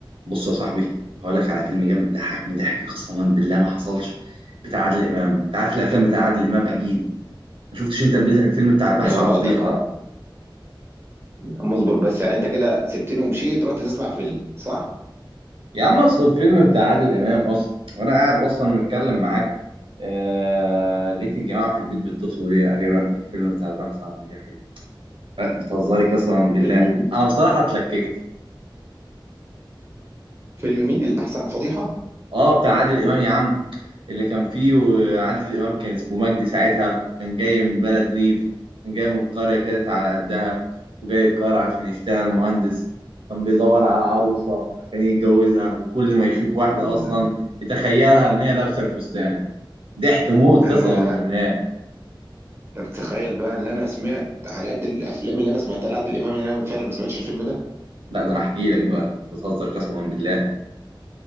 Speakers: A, on the right; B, on the right.
A: بص يا صاحبي هقول لك على فيلم جامد ضحكني ضحك قسما بالله ما حصلش بتاع عادل امام انت عارف الافلام بتاع عادل امام اكيد ما شفتش انت البي- الفيلم بتاع البحث
B: اه
A: عن فضيحه
B: ده انت يعني مصبر بس يعني انت كده سبتني ومشيت رحت تسمع فيلم صح؟
A: يا عم اصل الفيلم بتاع عادل امام اصلا وانا قاعد اصلا متكلم معاك آه... لقيت الجماعه في البيت بيتصلوا بيا ايوه الفيلم بتاع البحث عن فضيحه أه، بتهزري قسما بالله
B: فيلم مين؟
A: انا بصراحه اتلككت
B: فيلم مين؟ البحث عن فضيحة؟
A: اه بتاع عادل امام يا عم اللي كان فيه عادل امام كان اسمه مجدي ساعتها وكان جاي من بلد ريف كان جاي من قريه كده على قدها وجاي القاهره عشان يشتغل مهندس كان بيدور على عروسه عشان يتجوزها وكل ما يشوف واحده
B: لا لا
A: اصلا يتخيلها ان هي لابسه الفستان
B: لا.
A: ضحك موت
B: انا
A: قسما بالله
B: انت بتتخيل بقى ان انا سمعت على قد الافلام اللي انا سمعتها لعادل امام ان انا فعلا ما سمعتش الفيلم ده
A: لا ده انا احكي لك بقى انت بتهزر قسما بالله